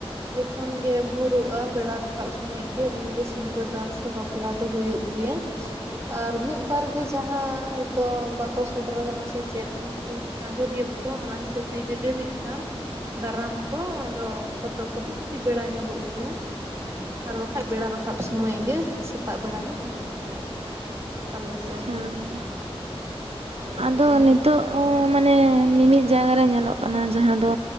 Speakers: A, on the right; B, on the right.
A: ᱡᱚᱠᱷᱚᱱ ᱜᱮ ᱵᱷᱩᱨᱚᱜᱼᱟ ᱵᱮᱲᱟ ᱨᱟᱠᱟᱵ ᱥᱚᱢᱚᱭ ᱜᱮ ᱩᱱᱜᱮ ᱥᱤᱸ <unintelligible> ᱫᱟᱱ ᱥᱮ ᱵᱟᱯᱞᱟ ᱫᱚ ᱦᱩᱭᱩᱜ ᱜᱮᱭᱟ᱾ ᱟᱨ ᱢᱤᱫ ᱵᱟᱨ ᱜᱮ ᱡᱟᱦᱟᱸ ᱦᱚᱭᱛᱳ ᱵᱟᱠᱚ ᱥᱮᱴᱮᱨᱠ ᱥᱮ ᱪᱮᱫ ᱩᱱᱠᱩ ᱡᱟᱦᱟᱸᱭ ᱵᱟᱹᱨᱭᱟᱹᱛ ᱠᱚ ᱚᱱᱟ ᱦᱤᱥᱟᱹᱵᱽ ᱛᱮ ᱡᱩᱫᱤ ᱵᱮᱨᱤᱜ ᱠᱷᱟᱱ ᱫᱟᱨᱟᱢ ᱠᱚ ᱟᱫᱚ ᱠᱚᱛᱚᱠ ᱠᱚᱫᱚ ᱠᱟᱹᱴᱤᱡ ᱵᱮᱲᱟ ᱧᱚᱜᱚᱜ ᱜᱮᱭᱟ᱾ ᱟᱨ ᱵᱟᱠᱷᱟᱡ ᱵᱮᱲᱟ ᱨᱟᱠᱟᱵ ᱢᱚᱭ ᱜᱮ ᱥᱮᱛᱟᱜ ᱵᱮᱲᱟ ᱫᱚ ᱦᱩᱭᱩᱜ ᱜᱮᱭᱟ ᱟᱞᱮ ᱥᱮᱫ
B: ᱦᱮᱸ
A: ᱦᱚᱸ᱾
B: ᱟᱫᱚ ᱱᱤᱛᱳᱜ
A: ᱦᱳᱭ
B: ᱚᱸᱻ ᱢᱟᱱᱮ ᱢᱤᱢᱤᱫ ᱡᱟᱭᱜᱟ ᱨᱮ ᱧᱮᱞᱚᱜ ᱠᱟᱱᱟ ᱡᱟᱦᱟᱸ ᱫᱚ